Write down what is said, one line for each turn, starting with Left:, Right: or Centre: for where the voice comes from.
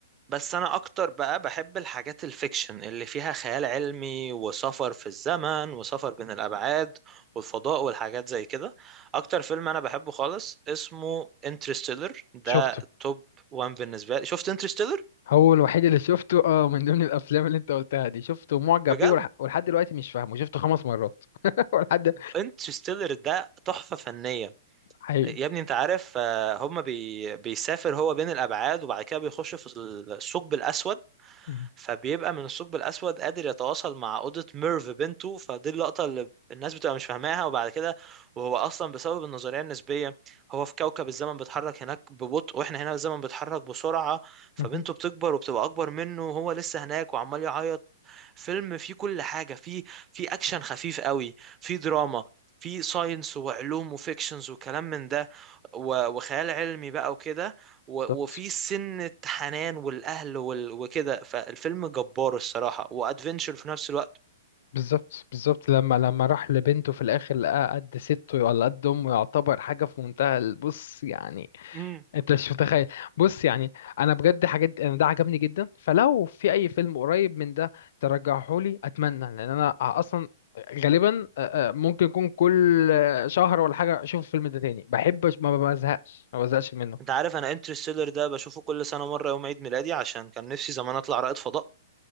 Right: بس انا اكتر بقى بحب الحاجات الفيكشن اللي فيها خيال علمي وسفر في الزمن وسفر بين الابعاد والفضاء والحاجات زي كده اكتر فيلم انا بحبه خالص اسمه انترستيلر ده
Left: شفته
Right: توب وان بالنسبه لي شفت انترستيلر
Left: هو الوحيد اللي شفته اه من ضمن الافلام اللي انت قلتها دي شفته معجب
Right: بجد
Left: بيه ولح... ولحد دلوقتي مش فاهمه شفته خمس مرات <laughs> ولحد
Right: انترستيلر ده تحفة فنية
Left: حقيقي
Right: يا ابني انت عارف آه، هما بي... بيسافر هو بين الابعاد وبعد كده بيخش في الثقب الاسود
Left: مم.
Right: فبيبقى من الثقب الاسود قادر يتواصل مع اوضة ميرف بنته فدي اللقطة اللي الناس بتبقى مش فاهماها وبعد كده وهو اصلا بسبب النظرية النسبية هو في كوكب الزمن بيتحرك هناك ببطء واحنا هنا الزمن بيتحرك بسرعة فبنته
Left: مم.
Right: بتكبر وبتبقى اكبر منه وهو لسه هناك وعمال يعيط فيلم فيه كل حاجة فيه فيه أكشن خفيف قوي فيه دراما فيه ساينس وعلوم وفيكشنز وكلام من ده و- وخيال علمي بقى وكده و-
Left: بالظبط
Right: وفيه سنة حنان والأهل وال- وكده فالفيلم جبار الصراحة وأدفنشر في نفس الوقت
Left: بالظبط بالظبط لما لما راح لبنته في الاخر لقاها قد سته ولا قد امه يعتبر حاجه في منتهى البص يعني
Right: امم
Left: انت مش متخيل بص يعني انا بجد حاجات انا ده عجبني جدا فلو في اي فيلم قريب من ده ترجعه لي اتمنى لان انا اصلا غالبا آه، آه، ممكن يكون كل آه، شهر ولا حاجه اشوف الفيلم ده تاني بحب أش- ما بزهقش ما بزهقش منه
Right: انت عارف انا انترستيلر ده بشوفه كل سنة مرة يوم عيد ميلادي عشان كان نفسي زمان اطلع رائد فضاء